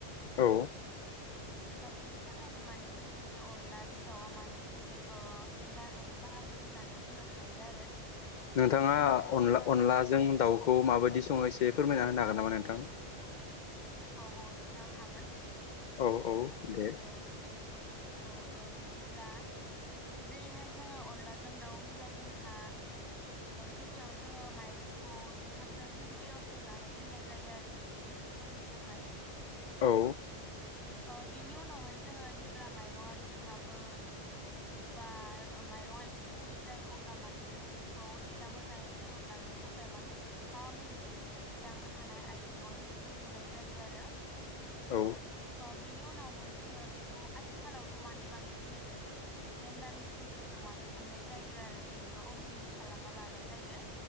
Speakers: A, on the left (about 55°); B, in the centre.
A: औ
B: बेनि थाखायनो माने जोंनि बे अनलाजों दाउआ माने जोंनि एंगार हायै बाहागो गो होननानै बुंनो हायो आरो
A: नोंथाङा
B: जेरैहाय जोङो
A: अनला अनलाजों
B: ओ औ
A: दाउखौ माबायदि बिदि संनायाव एसे फोरमायना होनो हागोन नामा नोंथां
B: औ औ नोंथां हागोन
A: औ औ दे
B: औ अ अ बिदिब्ला जेरैहाय जोङो अनलाजों दाउ होनब्ला जोंहा गिबियाव जोङो माइरंखौ रुइ हाबजासिम दैयाव सोमनानै दोननाय जायो आरो बेखौ सोम <unintelligible> समनि थाखाय
A: औ
B: ओ बेनि उनावहाय जोङो जेब्ला माइरङा रुइहाबो बा माइरङा एसे गुरै जायो अब्ला माने जोङो बेखौ दैया मोजाङै सरदलाङो थाखाय माने माबा मोनसे दै सोरखि लांनो हानाय आइजेङाव जोङो दोनथ'नाय जायो आरो
A: औ
B: अ बिनि उनावहाय जोङो बेखौ आथिखालावथ' माने बांसिनै ग्रेन्डार मेसिनफोरजों माने उननाय नाय आरो जेननोबा अन गुदि खालामना लानाय जायो।